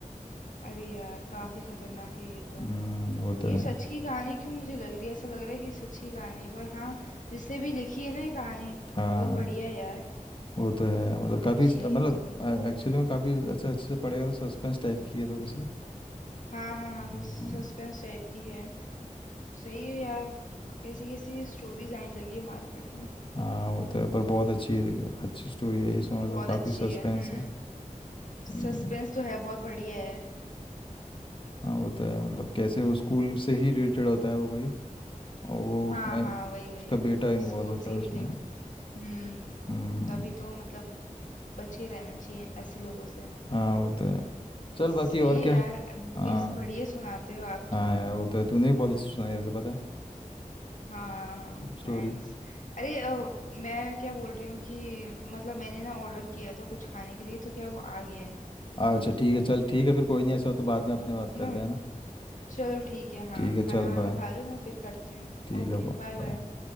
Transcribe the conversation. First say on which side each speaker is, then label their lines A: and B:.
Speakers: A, on the left (about 65°); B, on the left (about 40°).
A: अरे यार काफी खतरनाक है ये तो
B: हम्म वो
A: ये
B: तो है
A: सच की कहानी क्यों मुझे लग रही है ऐसा लग रहा है कि सच की कहानी है पर हाँ जिसने भी लिखी है ना ये कहानी
B: हाँ
A: बहुत बढ़िया है यार
B: वो तो है मतलब
A: बहुत
B: काफ़ी
A: अच्छी
B: मतलब
A: है ये तो
B: एक्चुअली में काफ़ी अच्छा अच्छे से पड़ेगा तो सस्पेंस टाइप की है थोड़ी सी
A: हाँ हाँ हाँ सस,
B: हम्म,
A: सस्पेंस टाइप की है सही है यार कैसी कैसी स्टोरीज आने लगी है मार्केट में
B: हाँ वो तो है पर बहुत अच्छी अच्छी स्टोरी है इसमें
A: बहुत
B: मतलब काफ़ी
A: अच्छी
B: सस्पेंस
A: है हम्म
B: है
A: सस्पेंस
B: हम्म,
A: तो है बहुत बढ़िया है
B: हाँ वो तो है मतलब कैसे वो स्कूल से ही रिलेटेड होता है वो कोई और वो उसमें
A: हाँ हाँ वही वही
B: उसका बेटा इन्वॉल्व
A: स्कूल
B: होता
A: से
B: है
A: रिलेटेड
B: उसमें
A: हम्म
B: हम्म
A: तभी तो मतलब बचे रहना चाहिए ऐसे लोगों से
B: हाँ वो तो है चल
A: सही
B: बाकी और
A: है
B: क्या
A: यार मूवीज
B: हाँ
A: बढ़िया सुनाते हो आप
B: हाँ
A: तो
B: यार वो तो है तूने भी बहुत अच्छी सुनाई है वैसे पता है
A: हाँ
B: स्टोरी
A: थैंक्स अरे अ, मैं क्या बोल रही हूँ कि मतलब मैंने ना ऑर्डर किया था कुछ खाने के लिए तो क्या वो आ गया है
B: अच्छा ठीक है चल ठीक है फिर कोई नहीं ऐसा हो तो बाद में अपने बात
A: है ना
B: करते हैं ना
A: चलो ठीक है हाँ
B: ठीक है
A: खाना
B: चल
A: वाना
B: बाय
A: खा लूँ मैं फिर करती हूँ
B: ठीक
A: ओके
B: है बाय
A: बाय बाय